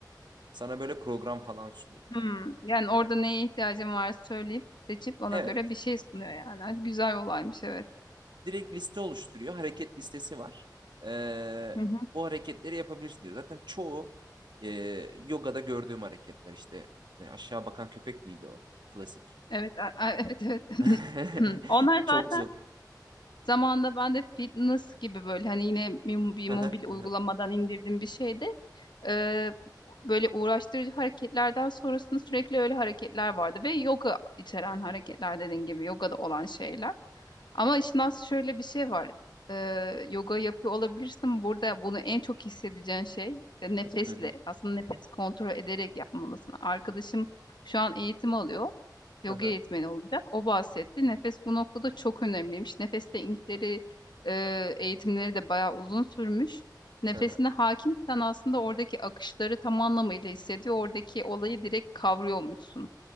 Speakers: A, on the right (about 90°); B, on the left (about 85°).
A: Sana böyle program falan sunuyor.
B: Hmm. Yani orada neye ihtiyacım var söyleyip seçip ona
A: Evet.
B: göre bir şey sunuyor yani. Ay, Güzel olaymış evet.
A: Direkt liste oluşturuyor. Hareket listesi var. Ee,
B: Hı hı.
A: bu hareketleri yapabilirsin diyor. Zaten çoğu e, yogada gördüğüm hareketler işte. aşağı bakan köpek miydi o? Klasik.
B: Evet, a- a- evet evet. <laughs>
A: <laughs>
B: <clears throat> Onlar
A: Çok
B: zaten
A: zor.
B: Zamanında ben de fitness gibi böyle hani yine bir bir
A: Hı
B: mobil
A: hı,
B: uygulamadan
A: hı hı,
B: indirdiğim bir şeydi. Ee, böyle uğraştırıcı hareketlerden sonrasında sürekli öyle hareketler vardı ve yoga içeren hareketler dediğin gibi yogada olan şeyler. Ama işin aslında şöyle bir şey var. Ee, yoga yapıyor olabilirsin. Burada bunu en çok hissedeceğin şey e, nefesle.
A: hı hı,
B: Aslında nefes kontrol ederek yapmalısın. Arkadaşım şu an eğitim alıyor. Yoga
A: hı hı,
B: eğitmeni olacak. O bahsetti. Nefes bu noktada çok önemliymiş. Nefes teknikleri, e, eğitimleri de bayağı uzun sürmüş. Nefesine
A: hı hı.
B: hakimsen aslında oradaki akışları tam anlamıyla hissediyor. Oradaki olayı direkt kavrıyormuşsun.